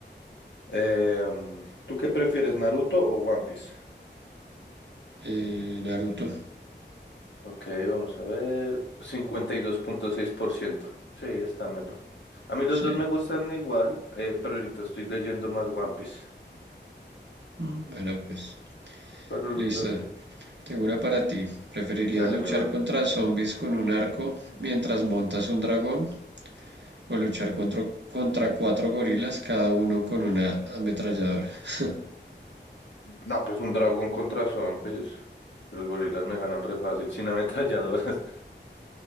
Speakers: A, on the left; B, on the right.
A: Em, ¿tú qué prefieres, Naruto o One Piece?
B: Eh, Naruto.
A: Ok, vamos a ver. cincuenta y dos punto seis por ciento. Sí, está melo. A mí los
B: Sí,
A: dos me gustan igual, eh, pero ahorita estoy leyendo más One Piece.
B: Mm. bueno, pues
A: Pero los
B: listo.
A: dos, sí.
B: Tengo una para ti. ¿Preferirías
A: Dale,
B: luchar
A: mi bro.
B: contra zombies con un arco mientras montas un dragón o luchar contra, contra cuatro gorilas, cada uno con una ametralladora? <laughs>
A: No, pues un dragón contra zombies. Los gorilas me ganan re fácil, sin ametralladoras. <laughs>